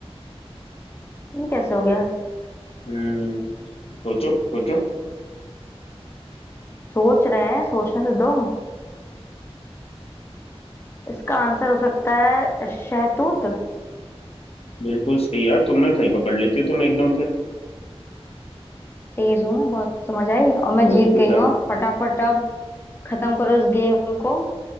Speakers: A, on the left; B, on the left.
A: ये कैसे हो गया
B: हम्म सोचो सोचो
A: सोच रहे हैं सोचने से दो इसका आंसर हो सकता है शहतूत
B: बिल्कुल सही यार तुमने सही पकड़ लेती हो तुम एकदम से
A: तेज हूं मैं बहुत समझ आई और मैं
B: कुछ
A: जीत
B: कुछ
A: गई
B: ज्यादा-
A: हूँ फटाफट अब खत्म करो इस गेम को